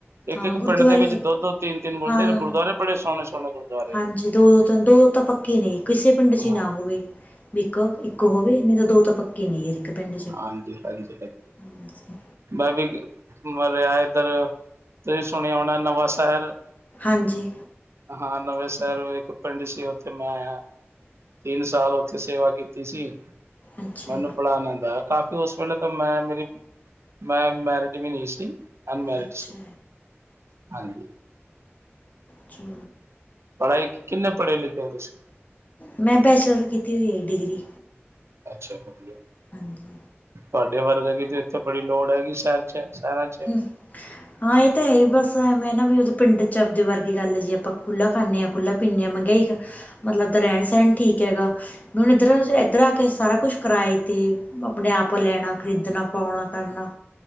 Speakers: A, on the right (about 70°); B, on the left (about 35°).
A: ਇੱਕ-ਇੱਕ
B: ਹਾਂ ਗੁਰਦੁਆਰੇ
A: ਪਿੰਡ ਦੇ ਵਿੱਚ ਦੋ-ਦੋ ਤਿੰਨ-ਤਿੰਨ ਬੋਤੇ
B: ਹਾਂ
A: ਤਾ ਗੁਰਦੁਆਰੇ ਬੜੇ ਸੋਹਣੇ-ਸੋਹਣੇ ਗੁਰਦੁਆਰੇ।
B: ਹਾਂਜੀ ਦੋ ਦੋ ਤਿੰਨ ਦੋ ਤਾਂ ਪੱਕੇ ਨਈ ਕਿਸੇ ਪਿੰਡ ਚ
A: ਹਾਂ
B: ਈ ਨਾ ਹੋਵੇ ਵੇਖੋ ਇੱਕ ਹੋਵੇ ਨੀ ਤਾ ਦੋ ਤਾ ਪੱਕ ਪੱਕੇ ਨੀ ਏ ਇੱਕ ਪਿੰਡ ਚ।
A: ਹਾਂਜੀ ਹਾਂਜੀ ਹਾਂਜੀ।
B: ਹਾਂਜੀ
A: ਮੈਂ ਵੀ ਮਰਆਯੇ ਏਧਰ ਤੁਸੀ ਸੁਣਿਆ ਹੋਨਾ ਨਵਾ ਸ਼ੇਹਰ।
B: ਹਾਂਜੀ।
A: ਹਾਂ ਨਵੇ ਸ਼ੇਰ ਇੱਕ ਪਿੰਡ ਸੀ ਐਥੋ ਮੈਂ ਆਆ। ਤਿੰਨ ਸਾਲ ਓਥੇ ਸੇਵਾ ਕੀਤੀ ਸੀ
B: ਅੱਛਾ
A: ਮੈਨੂੰ ਬੜਾ ਆਨੰਦ ਆਆ ਕਾਫ ਉਸ ਵੇਲੇ ਤਾ ਮੈਂ ਮੇਰੀ ਮੈਂ ਮੇਰੀਡ ਵੀ ਨੀ ਸੀ। ਅਨਮੈਰਿਡ
B: ਅੱਛਾ
A: ਸਰ ਹਾਂਜੀ।
B: ਅਛਾ।
A: ਪੜਾਈ ਕਿੰਨੇ ਪੜੇ ਲਿਖੇ ਓ ਤੁਸੀ?
B: ਮੈਂ ਬੈਚਲਰ ਕੀਤੀ ਹੋਈ ਏ ਡਿਗਰੀ।
A: ਅੱਛਾ ਵਧੀਆ।
B: ਹਾਂਜੀ।
A: ਤੁਆਡੇ ਵਰਗੇ ਦੀ ਤੇ ਇੱਥੇ ਬੜੀ ਲੋੜ ਹੈਗੀ ਸ਼ੇਰ ਚ ਸ਼ੇਹੇਰਾ
B: ਹੂੰ।
A: <inaudible>
B: ਹਾਂ ਐ ਤਾ ਹੈ ਈ ਬਸ ਐਵੇ ਨਾ ਵੀ ਪਿੰਡ ਚ ਆਪਦੇ ਵਰਗੀ ਗੱਲ ਜੀ ਆਪਾ ਕੂਲਾ ਖਾਂਨੇ ਆ ਕੂਲਾ ਪੀਦੇ ਆ ਮੈਗਾਈ ਮਤਲਬ ਦਾ ਰੈਣ ਸੈਣ ਠੀਕ ਹੈਗਾ। ਹੁਨ ਇੱਧਰ ਐਧਰ ਆ ਕੇ ਸਾਰਾ ਕੁਛ ਕਰਾਏ ਤੇ ਅਪਨੇ ਆਪ ਲੈਣਾ ਖਰੀਦਨਾ ਪੌਣਾ ਕਰਨਾ।